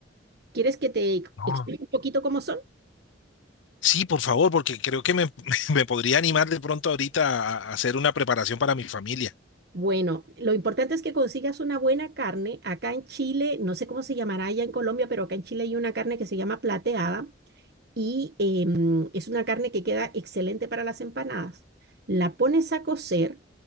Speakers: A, on the right (about 55°); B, on the left (about 80°).
A: ¿Quieres que te ex-
B: No.
A: explique un poquito cómo son?
B: Sí, por favor, porque creo que me, <laughs> me podría animar de pronto ahorita a a hacer una preparación para mi familia.
A: Bueno, lo importante es que consigas una buena carne. Acá en Chile, no sé cómo se llamará allá en Colombia, pero acá en Chile hay una carne que se llama plateada. y em, es una carne que queda excelente para las empanadas. La pones a cocer